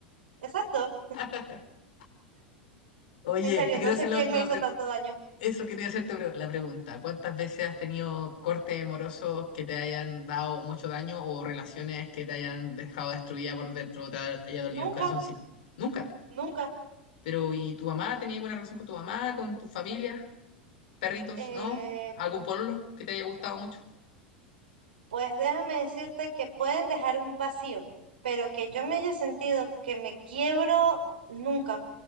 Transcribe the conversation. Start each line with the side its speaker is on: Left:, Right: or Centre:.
Right: exacto.
Left: <laughs> Oye,
Right: En serio,
Left: te quiero
Right: no
Left: hacer
Right: sé
Left: la
Right: quién
Left: última
Right: me hizo
Left: pregunta.
Right: tanto daño.
Left: Eso quería hacerte pre- la pregunta. ¿Cuántas veces has tenido cortes amorosos que te hayan dado mucho daño o relaciones que te hayan dejado destruida por dentro, te haya dolido
Right: Nunca,
Left: el corazoncito? Nunca.
Right: nunca.
Left: Pero ¿y tu mamá? ¿Tenías alguna relación con tu mamá, con tu familia? ¿Perritos?
Right: Eh,
Left: ¿No? ¿Algún pololo que te haya gustado mucho?
Right: pues déjame decirte que pueden dejar un vacío, pero que yo me haya sentido que me quiebro, nunca.